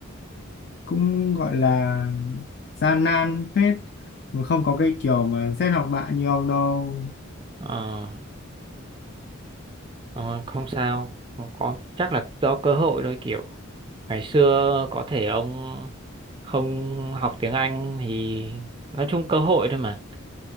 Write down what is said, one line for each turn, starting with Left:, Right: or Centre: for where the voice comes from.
Left: Cũng gọi là gian nan phết, mà không có cái kiểu mà xét học bạ như ông đâu.
Right: Ờ, ờ, không sao không có chắc là do cơ hội thôi kiểu ngày xưa có thể ông không học tiếng Anh thì nói chung cơ hội thôi mà